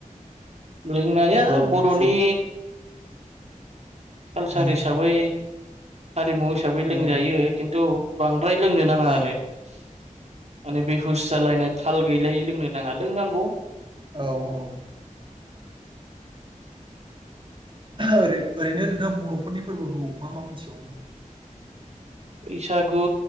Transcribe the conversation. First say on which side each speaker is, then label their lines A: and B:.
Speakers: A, on the right; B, on the right.
A: लोंनाया
B: जौ
A: बर'नि
B: जौ
A: कालसार
B: उम
A: हिसाबै हारिमु हिसाबै लोंजायो
B: औ
A: खिन्थु बांद बांद्राय लोंनो नांङा
B: औ
A: आरो माने बेहुस जालायनाय थाल गैलायै लोंनो नांङा लोंनांगौ
B: औ औ ओरै ओरैनो नोंथां बर'फोरनि फोरबोखौ मा मा मोनथिबावो?
A: बैसागु